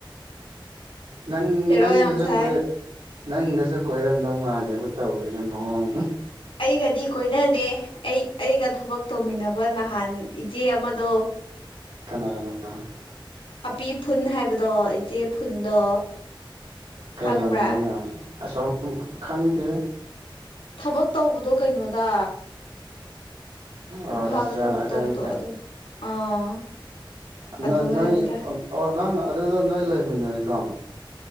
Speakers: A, on the right (about 85°); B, on the left (about 85°).
A: ꯅꯪ
B: ꯍꯦꯔꯣ
A: ꯅꯪꯒꯁꯨ
B: ꯌꯥꯝ ꯁꯥꯏ
A: ꯀꯣꯏ ꯅꯪꯒꯁꯨ ꯀꯣꯏꯔꯝꯗꯧ ꯃꯥꯜꯂꯤꯕꯨ ꯇꯧꯔꯤꯁꯦ ꯃꯑꯣꯡ꯫
B: ꯑꯩꯒꯗꯤ ꯀꯣꯏꯅꯗꯦ ꯑꯩ ꯑꯩꯒ ꯊꯕꯛ ꯇꯧꯃꯤꯟꯅꯕ ꯅꯍꯥꯟ ꯏꯆꯦ ꯑꯃꯗꯣ
A: ꯀꯅꯥꯅ
B: ꯑꯄꯤ ꯐꯨꯟ ꯍꯥꯏꯕꯗꯣ ꯏꯆꯦ ꯐꯨꯟꯗꯣ
A: ꯀꯩ
B: ꯈꯪꯕ꯭ꯔꯥ
A: ꯂꯝꯗꯩꯅꯣ ꯑꯁꯣꯝ ꯈꯪꯗꯦ꯫
B: ꯊꯕꯛ ꯇꯧꯕꯗꯣ ꯀꯩꯅꯣꯗ
A: ꯑ
B: ꯏꯝꯐꯥꯜꯗ
A: ꯔꯦꯁꯇꯨꯔꯦꯟ
B: ꯊꯕꯛ ꯇꯧꯕꯗꯣ ꯑꯗꯣ ꯑꯥ
A: <unintelligible>
B: ꯑꯗꯨ
A: ꯅ ꯅꯣꯏ
B: ꯍꯥꯏꯕꯅꯤꯗ
A: ꯑꯣ ꯅꯪ ꯑꯗꯨꯗ ꯅꯣꯏ ꯂꯩꯃꯤꯟꯅꯩꯀꯣ?